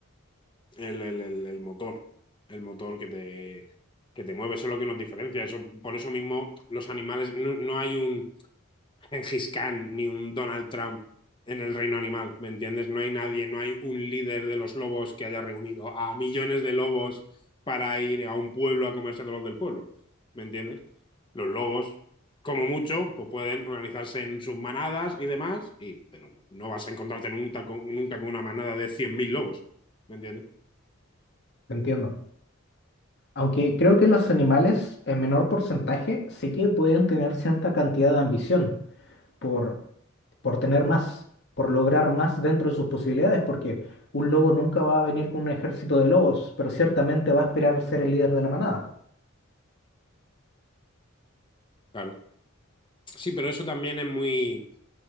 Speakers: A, on the left; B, on the left.
A: el, el- el- el motor, el motor que te, que te mueve, eso es lo que nos diferencia. Eso, por eso mismo los animales, no, no hay un Gengis Khan ni un Donald Trump en el reino animal, ¿me entiendes? No hay nadie, no hay un líder de los lobos que haya reunido a millones de lobos para ir a un pueblo a comerse a todos los del pueblo, ¿me entiendes? Los lobos, como mucho, pues pueden organizarse en sus manadas y demás, y, pero no vas a encontrarte nunca con, nunca con una manada de 100.000 lobos, ¿me entiendes?
B: Entiendo. Aunque creo que los animales en menor porcentaje sí que pueden tener cierta cantidad de ambición por por tener más, por lograr más dentro de sus posibilidades, porque un lobo nunca va a venir con un ejército de lobos, pero ciertamente va a aspirar a ser el líder de la manada.
A: Claro. Sí, pero eso también es muy,